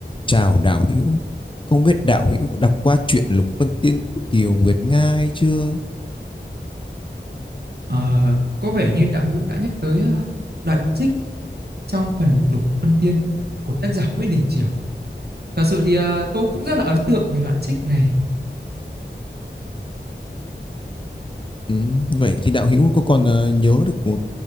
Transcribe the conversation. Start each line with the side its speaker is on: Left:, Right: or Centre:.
Left: Chào đạo hữu, không biết đạo hữu có đọc qua truyện Lục Vân Tiên Kiều, Kiều Nguyệt Nga hay chưa?
Right: Ờ, có vẻ như đạo hữu đã nhắc tới ờ, đoạn trích trong phần Lục Vân Tiên của tác giả Nguyễn Đình Chiểu. Thật sự thì ờ, tôi cũng rất là ấn tượng về đoạn trích này.
Left: Ừ, vậy thì đạo hữu có còn ờ, nhớ được một-